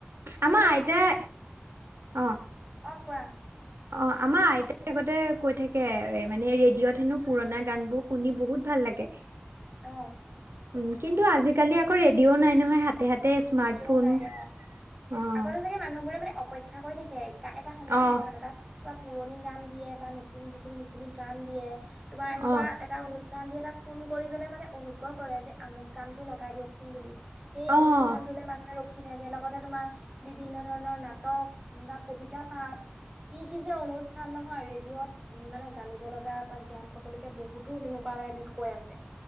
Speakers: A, on the right; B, on the right.
A: আমাৰ
B: মই
A: আইতাই, অঁ।
B: অঁ কোৱা।
A: অঁ আমাৰ আইতাই আগতে কৈ থাকে মানে ৰেডিঅ'ত হেনো পুৰণা গান বোৰ শুনি বহুত ভাল লাগে।
B: অঁ।
A: উম কিন্তু আজিকালি আকৌ ৰেডিঅও নাই নহয় হাতে হাতে স্মাৰ্টফোন
B: এতিয়াও নাই অ
A: অ',
B: আগতে চাগে মানুহবোৰে মানে অপেক্ষা কৰি থাকে গা এটা সময়
A: অ',
B: থাকে মানে তাত তোমাৰ পুৰণি গান দিয়ে বা নতুন যিখিনি সেইখিনি গান দিয়ে তোমাৰ এনেকুৱা
A: অ',
B: এটা অনু ষ্ঠান দি তাক ফোন কৰি পেলাই মানে অনুগ্ৰহ কৰে যে আমুক কানটো লগাই দিয়কচোন বুলি সেই
A: অ',
B: অনু পানা ৰখি থাকে লগতে তোমাৰ বিভিন্ন ধৰণৰ নাটক বা কবিতা পাঠ কি কি যে অনুষ্ঠান নহয় ৰেডিঅ'ত উম মানে জানিব লগা বা জ্ঞান পাব লগীয়া বহুতো তেনেকুৱা মানে বিষয় আছে